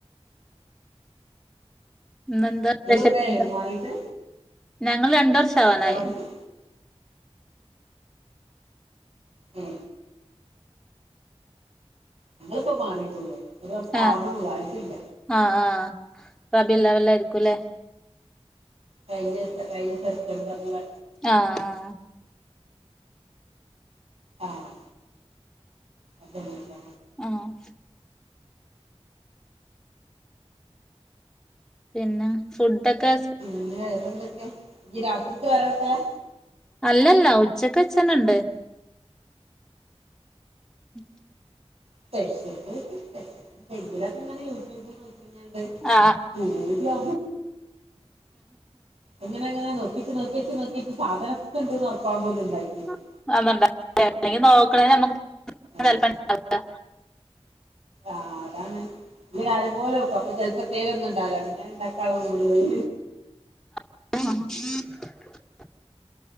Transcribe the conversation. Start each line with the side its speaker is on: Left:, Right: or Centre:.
Centre: ഇന്നെന്താ
Right: ഇങ്ങള്
Centre: പെഷെൽ
Right: കൊറേ ആയോ
Centre: ഡ്
Right: മാറീട്ട്
Centre: ഞങ്ങള് രണ്ട് വർഷാവാനായി
Right: തറവാട്ട്ന്ന് ഉം ഞങ്ങള്പ്പാെ മാറീട്ടാെള്ളൂ ഒര് വർഷാക്ണൊള്ളൂ
Centre: ആഹ്
Right: ആയ്ട്ടില്ല
Centre: ആഹ് ആഹ് റബില്ലവലായ്രിക്കും ലേ
Right: കഴിഞ്ഞ കഴിഞ്ഞ സെപ്റ്റംബർല്
Centre: ആഹ് ആഹ്
Right: ആഹ് അതെന്നെ ട്ടൊ
Centre: ആം പിന്നെ ഫുഡ്ഡാെക്കെ
Right: പിന്നെ വേറെന്തൊക്ക്യാ ഞ്ഞ് രാത്രിക്ക് വേറെ വെക്കെലാ
Centre: അല്ല അല്ലാ ഉച്ചക്ക് വെച്ചെന്നെണ്ട് ഉം
Right: സ്പെഷ്യല് സ്പെഷ്യൽ എന്തെങ്കിലുക്കെങ്ങെനെ യൂട്യൂബ് നോക്കിങ്ങാണ്ട്
Centre: ആഹ്
Right: <unintelligible> ലാ എങ്ങെനെങ്ങനെ നോ ക്കീട്ടും നോക്കീട്ടും നോക്കീട്ടും സാധനൊക്കെ ഇണ്ട്ന്ന് ഒർപ്പാവ്ണു <unintelligible>
Centre: <unintelligible> നോക്ക്ണെ നമ്മുക്ക് <unintelligible>
Right: ആഹ്
Centre: ലാ
Right: ആഹ് അതാണ് നല്ലെപോലെ വെക്കും അപ്പൊ ചെൽപ്പൊ ഏത്തേലൊന്ന്ണ്ടാവ്‌ലാ പിന്നാണെ ണ്ടാക്കാള്ളെ മൂട് പോയ്
Centre: <unintelligible>